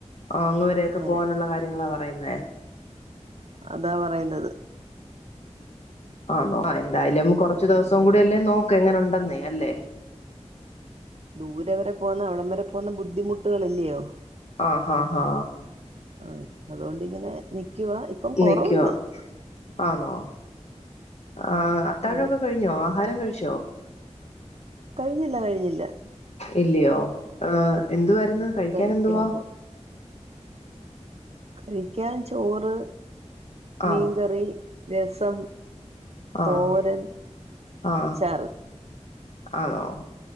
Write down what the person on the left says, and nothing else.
അങ്ങ് വരെ
ഒക്കെ പോവാന്ള്ള കാര്യങ്ങളാ പറയ്ന്നേ
ആണോ എന്തായാലും കൊറച്ച്
ദിവസം കൂടില്ലേ നോക്ക് എങ്ങനുണ്ടേ <unintelligible> അല്ലേ
ആ ഹാ ഹാ
നിക്കുവാ ആന്നോ ആ അത്താഴോക്കെ
കഴിഞ്ഞോ ആഹാരം കഴിച്ചോ
ഇല്ല്യോ ഏ എന്ത്‌ വാര്ന്നു കഴിക്കൻ
എന്തുവാ
ആഹ്
ആഹ്
ആഹ്
ആണോ